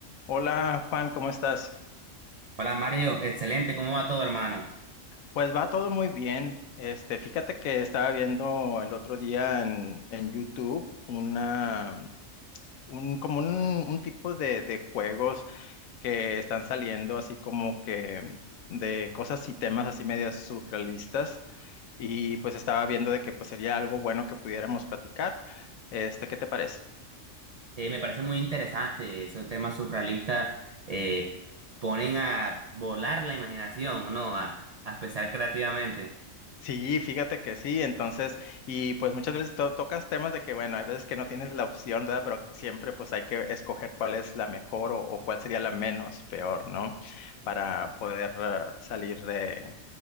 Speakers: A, on the left; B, on the right.
A: Hola Juan, ¿cómo estás?
B: Hola Mario, excelente, ¿cómo va todo hermano?
A: Pues va todo muy bien. Este, fíjate que estaba viendo el otro día en, en YouTube una, un, como un, un tipo de, de juegos que están saliendo así como que de cosas y temas así medias surrealistas y pues estaba viendo de que pues sería algo bueno que pudiéramos platicar. Este, ¿qué te parece?
B: Eh, me parece muy interesante, esos temas surrealistas eh, ponen a volar la imaginación, ¿no? A, a pensar creativamente.
A: Sí, fíjate que sí, entonces, y pues muchas veces to- tocas temas de que, bueno, hay veces que no tienes la opción, ¿verdad? Pero siempre pues hay que escoger cuál es la mejor o, o cuál sería la menos peor, ¿no? Para poder eh, salir de,